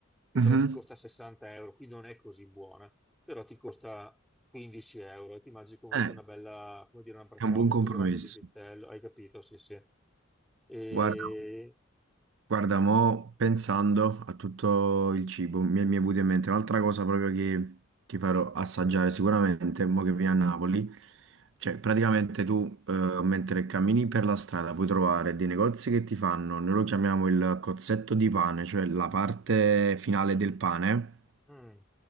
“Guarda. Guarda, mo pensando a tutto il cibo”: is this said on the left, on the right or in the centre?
Right